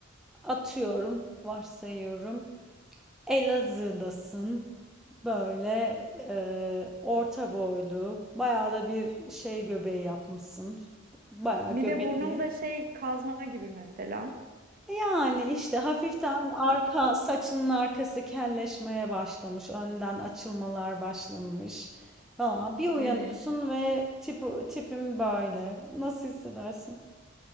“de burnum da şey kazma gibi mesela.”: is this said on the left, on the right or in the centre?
Right